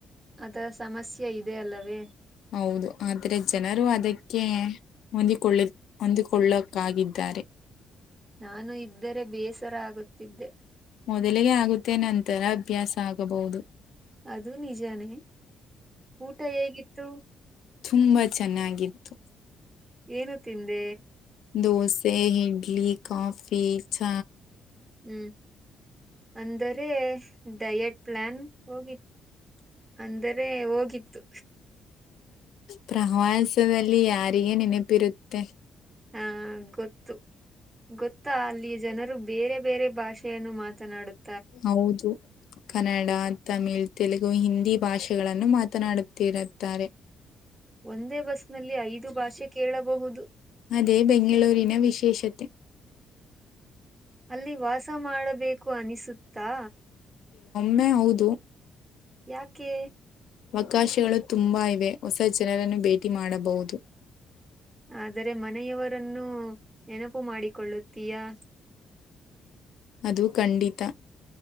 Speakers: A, on the right (about 20°); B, on the left (about 75°).
A: ಅದರ ಸಮಸ್ಯೆ ಇದೆ ಅಲ್ಲವೇ
B: ಹೌದು ಆದ್ರೆ ಜನರು ಅದಕ್ಕೆ ಹೊಂದಿಕೊಳ್ಳಿ ಹೊಂದಿಕೊಳ್ಳಕಾಗ ಾರೆ.
A: ನಾನು ಇದ್ದರೆ ಬೇಸರ ಆಗುತ್ತಿದ್ದೆ.
B: ಮೊದಲಿಗೆ ಆಗುತ್ತೆ ನಂತರ ಅಭ್ಯಾಸ ಆಗಬಹುದು.
A: ಅದು ನಿಜಾನೇ ಊಟ ಹೇಗಿತ್ತು.
B: ತುಂಬ ಚೆನ್ನಾಗಿತ್ತು.
A: ಏನು ತಿಂದೆ.
B: ದೋಸೆ ಇಡ್ಲಿ ಕಾಫಿ ಚ.
A: ಹೂ ಅಂದರೆ. ಡಯಟ್ ಪ್ಲಾನ್ ಹೋಗಿತ್ತು ಅಂದರೆ ಹೋಗಿತ್ತು.
B: ಪ್ರವಾಸದಲ್ಲಿ ಯಾರಿಗೆ ನೆನಪಿರುತ್ತೆ.
A: ಹಾ ಗೊತ್ತು ಗೊತ್ತಾ ಅಲ್ಲಿ ಜನರು. ಬೇರೆ ಬೇರೆ ಭಾಷೆಯನ್ನು ಮಾತನಾಡುತ್ತ.
B: ಹೌದು. ಕನ್ನಡ ತಮಿಳ್ ತೆಲುಗು ಹಿಂದಿ ಭಾಷೆಗಳನ್ನು ಮಾತನಾಡುತ್ತಿರುತ್ತಾರೆ.
A: ಒಂದೇ ಬಸ್ ನಲ್ಲಿ ಐದು ಭಾಷೆ ಕೇಳಬಹುದು.
B: ಅದೇ ಬೆಂಗಳೂರಿನ ವಿಶೇಷತೆ
A: ಅಲ್ಲಿ ವಾಸ ಮಾಡಬೇಕು ಅನಿಸುತ್ತಾ
B: ಒಮ್ಮೆ ಹೌದು
A: ಯಾಕೆ
B: ಅವಕಾಶಗಳು ತುಂಬಾ ಇವೆ ಹೊಸ ಜನರನ್ನು ಭೇಟಿ ಮಾಡಬಹುದು
A: ಆದರೆ ಮನೆಯವರನ್ನು ನೆನಪು ಮಾಡಿಕೊಳ್ಳುತ್ತೀಯಾ
B: ಅದು ಖಂಡಿತ